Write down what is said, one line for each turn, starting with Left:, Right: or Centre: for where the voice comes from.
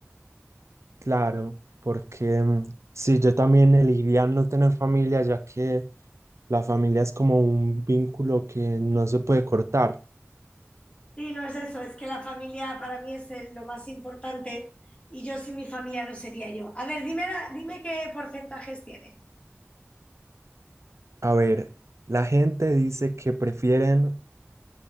Right: Claro, porque mm, sí, yo también elegiría no tener familia, ya que la familia es como un vínculo que no se puede cortar.
Left: Sí, no es eso, es que la familia para mí es el- lo más importante y yo sin mi familia no sería yo. A ver, dime, la- dime qué porcentajes tiene.
Right: A ver, la gente dice que prefieren,